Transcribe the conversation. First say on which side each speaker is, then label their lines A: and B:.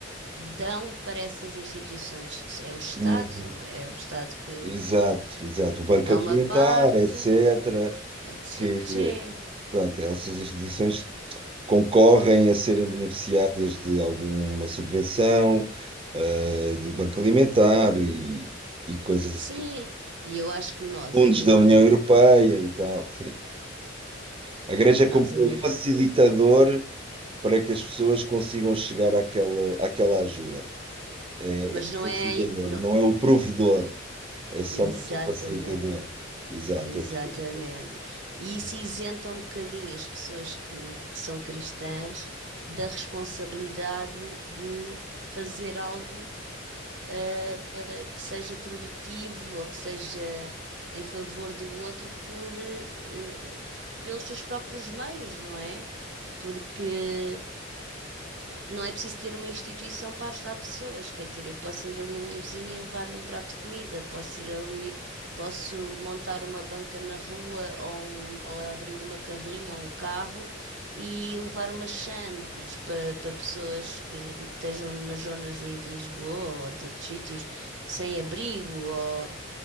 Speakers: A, on the right; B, on the right.
A: dão para essas instituições. É o Estado,
B: Uhum.
A: são- é o Estado que,
B: Exato, exato. O Banco
A: que dá
B: Alimentar,
A: uma parte.
B: etc.
A: Pois
B: Que,
A: é,
B: pronto, essas instituições concorrem a serem beneficiárias de alguma subvenção, ah, de Banco Alimentar e, e coisas,
A: sim.
B: assim.
A: E eu acho que nós,
B: fundos
A: a nível
B: da União
A: de.
B: Europeia e tal. Sim. A Igreja
A: Nós,
B: é como
A: a
B: o
A: nível.
B: facilitador para que as pessoas consigam chegar àquela, àquela ajuda. É,
A: Mas
B: é
A: não
B: facilitador,
A: é. Não,
B: não é o provedor. É somente
A: exatamente.
B: o facilitador. Exato,
A: Exatamente.
B: estou a perceber o que estás a dizer.
A: E isso isenta um bocadinho as pessoas que, que são cristãs da responsabilidade de fazer algo ah, ah, que seja produtivo ou que seja em favor do outro por, eh, pelos seus próprios meios, não é? Porque não é preciso ter uma instituição para ajudar pessoas. Quer dizer, eu posso ir ali à minha vizinha e levar-lhe um prato de comida, posso ir ali, posso montar uma banca na rua ou, um- ou abrir uma carrinha ou um carro e levar umas sandes para pessoas que estejam numas zonas aí de Lisboa ou de outros sítios sem abrigo ou